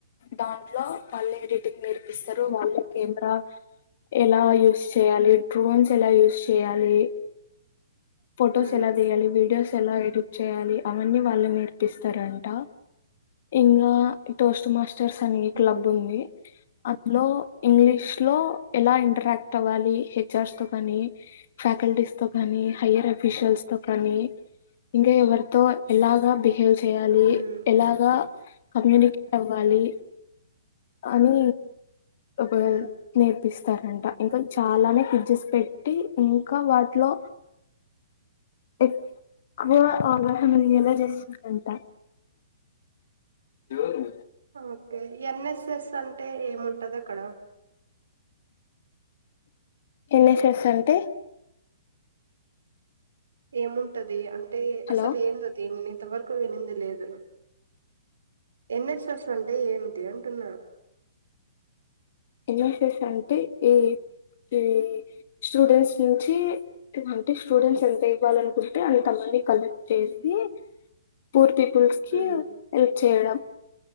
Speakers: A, on the left; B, on the right.
A: దాంట్లో వల్లే ఎడిటింగ్ నేర్పిస్తారు వల్లే కెమెరా ఎలా యూస్ చేయాలి డ్రోన్స్ ఎలా యూస్ చేయాలి ఫోటోస్
B: హ్మ్.
A: ఎలా తీయాలి విడియోస్ ఎలా ఎడిట్ చేయాలి అవన్నీ వాళ్ళు నేర్పిస్తారంట ఇంకా టోస్ట్ మాస్టర్ చర్స్ అని
B: హ్మ్.
A: క్లబ్ ఉంది అందులో ఇంగ్లీష్ లో ఎలా ఇంటరాక్ట్ అవ్వాలి హెచ్ఆర్స్ తో కాని ఫ్యాకల్టీస్ తో కాని హైయ్యర్ అఫీషియల్స్ తో కానీ ఇంకా ఎవరితో ఎలాగా బి బిహేవ్ చేయాలి
B: హ్మ్.
A: ఎలాగా కమ్యూనికేట్ అవ్వాలి అని ఒకవేళ
B: హ్మ్.
A: నేర్పిస్తారు అంట ఇంకా చాలానే క్విజస్ పెట్టి ఇంకా వాటిలో ఎక్కువ అవగాహన ఇయ్యేలా చేస్తారంట ఎవరు
B: ఓకే. ఎన్ఎస్ఎస్ అంటే ఏముంటది అక్కడ
A: ఎన్ఎస్ఎస్ అంటే
B: ఏముంటది అంట అంటే
A: హలో
B: అసలు ఏం ఆది ఇంతవరకు వినింది లేదు ఎన్ఎస్ ఎస్ అంటే ఏమిటి అంటున్నా
A: ఎన్ఎస్ఎస్ అంటే ఈ ఈ స్టూడెంట్స్ నుంచి అంటే స్టూడెంట్స్ ఎంత ఇవ్వాల అనుకుంటే అంతమని కలెక్ట్ చేసి పూర్తి పూర్స్ కి
B: హ్మ్.
A: హెల్ప్ చేయడం